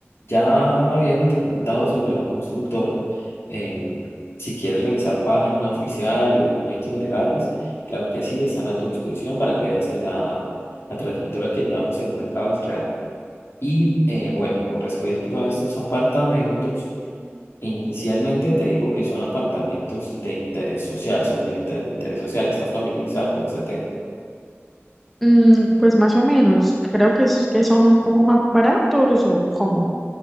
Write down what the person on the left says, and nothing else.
ya habiéndote comentado sobre la constructora, em, si quieres revisar página oficial y documentos legales, claro que sí, están a tu disposición para que veas que la, la trayectoria que llevamos en el mercado es real. Y eh, bueno, con respecto a estos apartamentos, inicialmente te digo que son apartamentos de interés social, son viviendas de interés social, ¿estás familiarizado con ese tema?